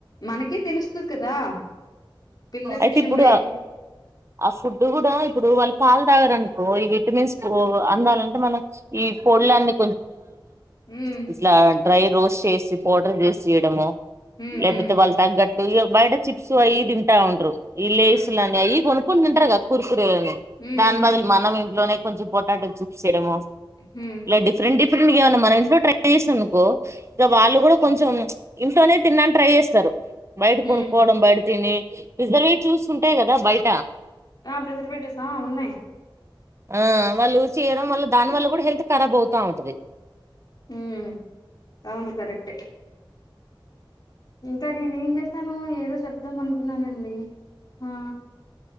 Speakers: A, on the left (about 50°); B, on the right (about 30°).
A: మనకే తెలుస్తది కదా పిల్లల
B: అయితే
A: విషయంలో
B: ఇప్పుడు
A: ఎక్కువ
B: ఆ ఫుడ్ కూడా ఇప్పుడు వాళ్ళు పా లు తాగరనుకో ఈ విటమిన్స్ కో అందాలంటే ఈ పొడిలన్నీ
A: హ్మ్
B: ఇలా డ్రై రోస్ట్ చేసి పోర్డర్ చేసి ఇడమో
A: హ్మ్
B: లెపోతే
A: హ్మ్ హ్మ్
B: వాళ్లకు తగ్గట్టు గా బయట చిప్స్ అయ్యి ఇవి ఉంటా ఉంటారు ప్లేస్
A: హ్మ్
B: లను అయ్యిఇయ్యి కనుక్కో గా కురు
A: హ్మ్
B: దాని బదులు
A: హ్మ్
B: మనం ఇంట్లోనే కొంచం పొటాటో జూప్స్ చేయడమ
A: హ్మ్
B: ఇ డిఫరెంట్ డిఫ ఇక ఏమన్నా మన ఇంట్లో ట్రై చేసా అనుకో ఇంక వాళ్ళు కూడా కొంచెం ఇంట్లోనే తిననికి ట్రై చేస్తారు బయట
A: హ్మ్
B: కొను పోవడం బయట తని రిజర్వే చూస్తుంటాయి కదా బయట
A: ఆ ప్రజర్ పెటసా ఉన్నాయి
B: ఆ వాళ్ళు చేయడం వల్ల దా వల్ల కూడా హల్త్ ఖరాబ్ అవుంది కాాత్కై
A: హ్మ్ అవును కరెక్టే ఇంకా నేనే ఏం చేసాను ఏదో చెప్దాం అనుకున్నానండి ఆ